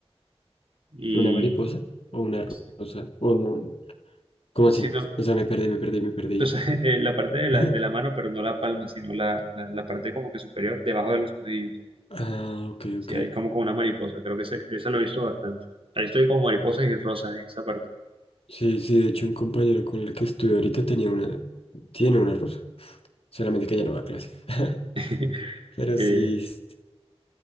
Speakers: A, on the right; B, on the left.
A: Y
B: una mariposa o una
A: si
B: rosa. O no. ¿Cómo así?
A: si no,
B: O sea, me perdí, me perdí, me perdí.
A: entonces <laughs> eh, la parte de la,
B: <laughs>
A: de la mano, pero no la palma, sino la, la, la parte como que superior, debajo de los nudillos.
B: Ah, ok,
A: Sí,
B: ok.
A: hay como con una mariposa, creo que ese, esa lo he visto bastante. Ahí estoy como mariposas y rosas en esa parte.
B: Sí, sí, de hecho un compañero con el que estuve ahorita tenía una, tiene una rusa, solamente que ya no va a clase. <laughs>
A: <laughs>
B: Pero
A: Eh,
B: sí, s-